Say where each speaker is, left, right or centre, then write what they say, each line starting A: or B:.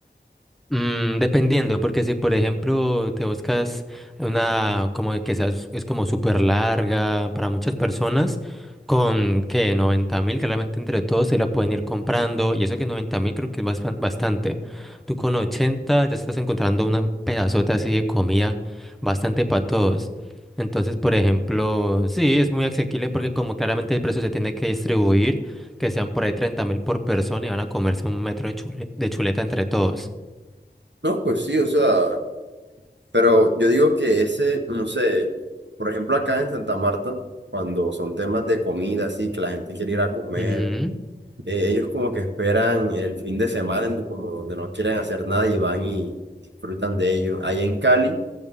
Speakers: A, in the centre; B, on the right.
A: Mm, dependiendo, porque si por ejemplo te buscas una como de que seas, es como súper larga para muchas personas, con que noventa mil, claramente entre todos se la pueden ir comprando, y eso que noventa mil creo que es bastan- bastante. Tú con 80 ya estás encontrando una pedazota así de comida bastante para todos. Entonces, por ejemplo, sí, es muy asequible porque como claramente el precio se tiene que distribuir, que sean por ahí treinta mil por persona y van a comerse un metro de chule- de chuleta entre todos.
B: No, pues sí, o sea, pero yo digo que ese, no sé, por ejemplo acá en Santa Marta, cuando son temas de comida, así, que la gente quiere ir a comer,
A: Ujú.
B: eh, ellos como que esperan el fin de semana, en- como donde no quieren hacer nada y van y disfrutan de ello. Ahí en Cali.